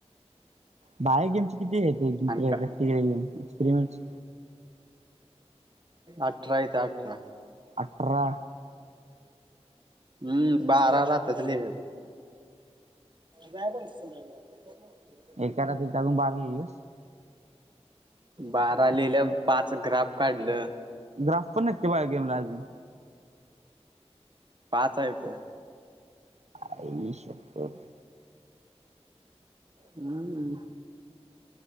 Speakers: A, on the right (about 80°); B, on the right (about 45°).
A: बाहे गेम्स किती आहे घ्यायला
B: आणि का
A: एक्सपरिमेंट्स
B: अठरा येत अठरा
A: आठरा
B: हम्म बारा रात्यात लिले जाय पण नि <unintelligible>
A: एकतारातून जागून बारलीस
B: बारा लिहिलन पाच ग्राफ काढल
A: ग्राफच पण नक्की बायो गेमला अजून
B: पाच आहेत
A: आई शप्पथ
B: हम्म